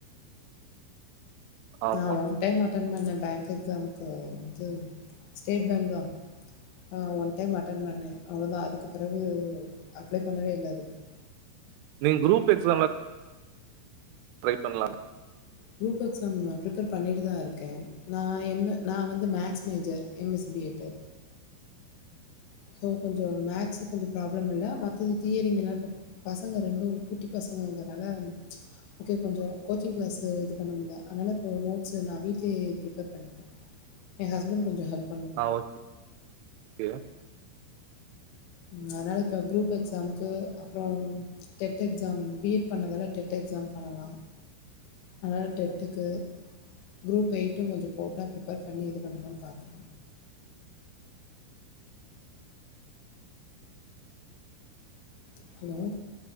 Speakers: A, on the right; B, on the left.
A: ஆமா
B: நான் ஒன் டைம் அட்டன் பண்ண பேங்க் எக்ஸாம்க்கு இது ஸ்டேட் பேங்க்தா அ ஒன் டைம் அட்டன் பண்ணே அவுள்தா அதுக்கு பிறவு அப்ளை பண்ணவே இல்ல அதுக்கு
A: நீங் குரூப் எக்ஸாம்லா அப்ளை பண்லால
B: குரூப் எக்ஸாம் நா பிரிப்பர் பண்ணிட்டுதா இருக்கே நான் எம் நான் வந்து maths major M S B Ed அப்போ கொஞ்சோ மேக்ஸு கொஞ்சோ பிராப்ளம் இல்ல மத்தது தியரிங்குனா இப்போ பசங்க ரெண்டூ குட்டி பசங்கங்கற்னால இங்கே கொஞ்சோ கோச்சிங் கிளாஸு இது பண்ணமுட்ல அதுனால இப்போ நோட்ஸு நான் வீட்லியே பிரிப்பர் பண்ணிப்பே ஏன் ஹஸ்பண் கொஞ்சோ ஹெல்ப்
A: ஆ ஓ கே
B: ம் அதுனால இப்ப குரூப் எக்ஸாம்க்கு அப்றோ டெட் எக்ஸாம் பி எட் பண்ணதால டெட் எக்ஸாம் பண்ணலா அதுனால டெட்டுக்கு குரூப்பெய்ட்டு கொஞ்சோ போட்டா பிரிப்பர் பண்ணி இது பண்ணலான் பாக்குறே ஹலோ